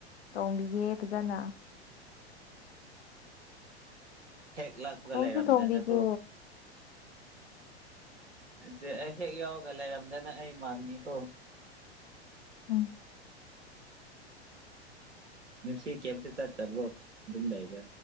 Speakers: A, on the left; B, on the right.
A: ꯇ‌‌ꯣꯡꯕꯤꯒꯦ ꯐꯖꯅ
B: ꯍꯦꯛ ꯂꯛꯄꯒ
A: ꯊꯣꯡꯁꯨ
B: ꯂꯩꯔꯝꯗꯅꯀꯣ
A: ꯊꯣꯡꯕꯤꯒꯦ
B: ꯑꯗꯨ ꯑꯩ ꯍꯦꯛ ꯌꯥꯎꯔꯒ ꯂꯩꯔꯝꯗꯅ ꯑꯩ ꯃꯥꯅꯤꯀꯣ
A: ꯎꯝ
B: ꯁꯤ ꯀꯦꯦꯝꯁ ꯆꯠꯠꯇꯕ꯭ꯔꯣ ꯑꯗꯨꯝ ꯂꯩꯕ